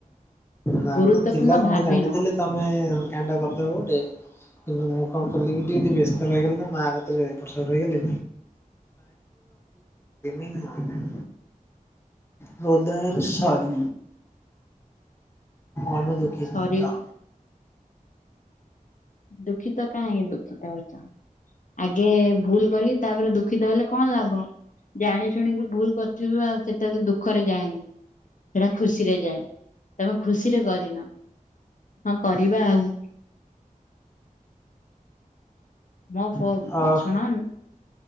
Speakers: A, on the left; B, on the left.
A: ନା
B: ଗୁରୁତ୍ୱପୂର୍ଣ୍ଣ
A: ନା ଥିଲା, ମୁଁ
B: ଭାବିନ।
A: ଜାଣିନଥିଲି ତମେ କାଣ୍ଡ କରିଦେବ ଗୋଟେ। କି ମୁଁ କଣ କଲିିବି ଟିକେ ଟିକେ ବ୍ୟସ୍ତ ରହିଗଲି ତ, ମା କତିରେ ଏପଟ ସେପଟ ହେଇଗଲି <unintelligible> ହୃଦୟରୁ ସରି,
B: ହଁ
A: ଆମେ ଦୁଃଖିତ।
B: ସରି ଦୁଃଖିତ କାହିଁ ଦୁଃଖିତ ହଉଚ, ଆଗେ ଭୁଲ୍ କରିକି, ତାପରେ ଦୁଃଖିତ ହେଲେ କଣ ଲାଭ? ଜାଣି ଶୁଣିକି ଭୁଲ୍ କରିଥିବୁ, ଆଉ ସେତରେ ଦୁଃଖରେ ଯାଏନି। ସେଟା ଖୁସିରେ ଯାଏ, ତମେ ଖୁସିରେ କରିନ, ହଁ କରିବା ଆଉ। ମୋ ଫୋନ୍,
A: ଅ
B: ଶୁଣନ୍,